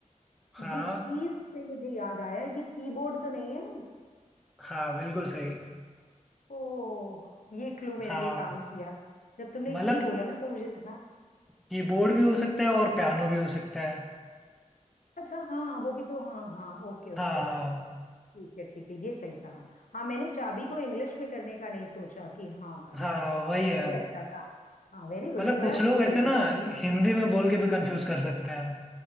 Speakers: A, in the centre; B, on the left.
A: हाँ
B: ये कीज से मुझे याद आया ये कीबोर्ड तो नहीं है
A: हाँ बिल्कुल सही
B: ओ ये क्लू मेरे
A: हाँ
B: लिए काम किया जब तुमने
A: मतलब
B: की बोला ना तो मुझे लगा
A: कीबोर्ड भी हो सकता है और पियानो भी हो सकता है
B: अच्छा हाँ वो भी तो हाँ हाँ ओके ओके
A: हाँ
B: ओके
A: हाँ
B: ठीक है ठीक है ये सही कहा हाँ मैंने चाबी को इंग्लिश में करने का नहीं सोचा कि हाँ
A: हाँ
B: राइट
A: वही है
B: ये अच्छा था हाँ वेरी गुड
A: मतलब
B: ये बड़ा
A: कुछ
B: अच्छी
A: लोग
B: पहेली
A: ऐसे ना
B: थी
A: हिंदी में बोल के भी कंफ्यूज कर सकते हैं